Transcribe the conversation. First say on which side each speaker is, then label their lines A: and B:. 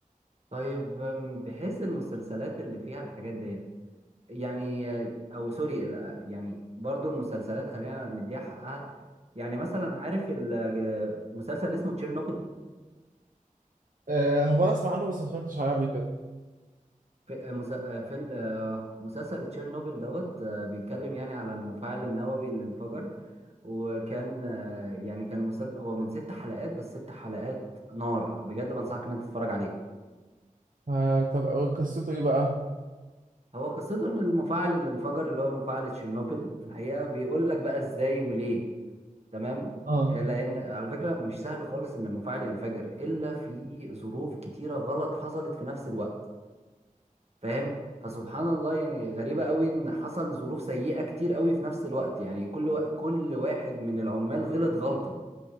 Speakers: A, on the right (about 50°); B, on the right (about 70°).
A: طيب أم، بحيث المسلسلات اللي فيها الحاجات ديت يعني آه، او سوري ال- يعني برضو المسلسلات خلينا نديها حقها يعني مثلا عارف ال- آه، مسلسل اسمه تشيرنوبل
B: آه، هو أنا أسمع عنه بس ما اتفرجتش عليه قبل كده
A: في آه، مسا- آه، في ال- آه، مسلسل تشيرنوبل دوت آه، بيتكلم يعني على المفاعل النووي اللي انفجر وكان آه، يعني كان مسلسل هو من ست حلقات بس ست حلقات نار بجد بنصحك ان انت تتفرج عليه
B: آه، طب قصته إيه بقى؟
A: هو قصته ان المفاعل اللي انفجر اللي هو مفاعل تشيرنوبل في الحقيقة بيقول لك بقى ازاي وليه تمام
B: اه
A: آه، لان على فكرة مش سهل خالص ان المفاعل ينفجر الا في ظروف كتيرة غلط حصلت في نفس الوقت فاهم فسبحان الله يعني غريبة قوي ان حصل ظروف سيئة كتير قوي في نفس الوقت يعني كل و... كل واحد من العمال غلط غلطة